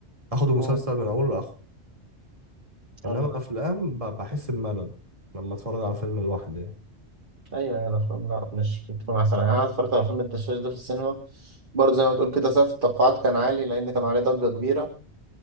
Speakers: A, on the right; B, on the right.
A: اخد المسلسل
B: م.
A: من اوله لاخره انما
B: حلو.
A: افلام ب... بحس بملل لما اتفرج على فيلم لوحدي يعني
B: ايوه يعني الافلام لا مش بتكون احسن يعني انا اتفرجت على فيلم الدشاش ده في السينما برضه زي ما بتقول كده سقف التوقعات كان عالي لان كان عليه ضجه كبيره